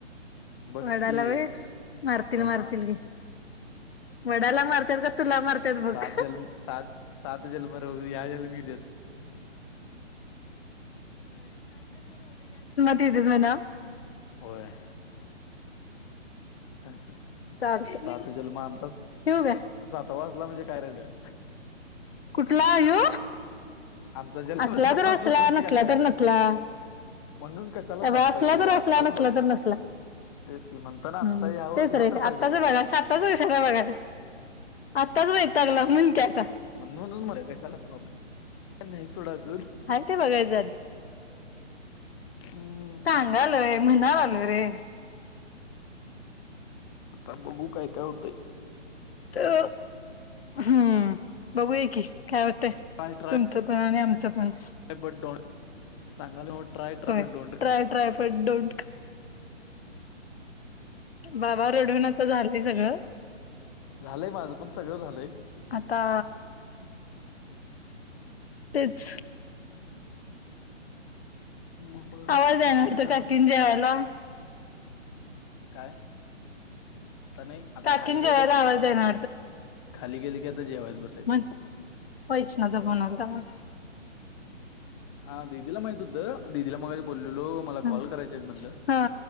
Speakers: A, on the left; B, on the left.
A: बघ
B: वडाला
A: की
B: होय मारतील
A: भगवान
B: मारतील की. वडाला मारतार का तुला मारत्यात बघ.
A: सात जन्म सात सात जन्म ह्या जन्मी देत.
B: म ना <unintelligible>
A: होय. का तर
B: चालतंय
A: सात जन्म आमचा
B: ठेवू काय
A: सातवा असला म्हणजे काय राहिलय.
B: कुठला यो?
A: आमचा जन्म
B: असल्या
A: सातवा
B: तर असला,
A: म्हणजे
B: नसला
A: काय आहे?
B: तर नसला.
A: म्हणून कशाला
B: अ
A: सात
B: असला
A: पाहिजे
B: तर
A: आत्ताच
B: असला नसला
A: बघा
B: तर नसला <unintelligible>
A: तेच की म्हणताना आत्ता
B: हम
A: ह्या ह्या
B: तेच रेल
A: तर पाहिजे
B: आत्ताचं
A: का
B: बघा साताच वर्षाचा बघाय. तस तगलाक्या <unintelligible>
A: म्हण म्हणून मर कशाला तरबा नाही सुडत <unintelligible>
B: हाय ते बघायच
A: हम्म,
B: सांगालय म्हणाला अरेरे
A: आता बघू काय काय होतंय.
B: तर हम्म बघू यायकी. काय वाटतंय
A: ट्राय ट्राय
B: तुमचं पण आणि आमचं पण.
A: बट सांगाल म ट्राय करा
B: होय
A: but don't
B: try
A: cry
B: try but don't बाबा रडून नको झालंय सगळं.
A: झालंय माझं पण सगळं झालंय.
B: आता तेच
A: मग बघा
B: आवाज येईनात
A: विचार करा
B: काकीन जेवायला.
A: काय? आता नाही आता
B: काकीन
A: खाली गेले
B: जेवायला
A: की
B: आवाज द्यायना
A: खाली गेले की आता जेवायच बसायचं
B: म्हन वैष्णव चा फोन आलता म्हण.
A: हा दिदीला माहित होतं दीदीला मगा बोल मला
B: हा
A: कॉल करायच्या म्हणलं
B: हा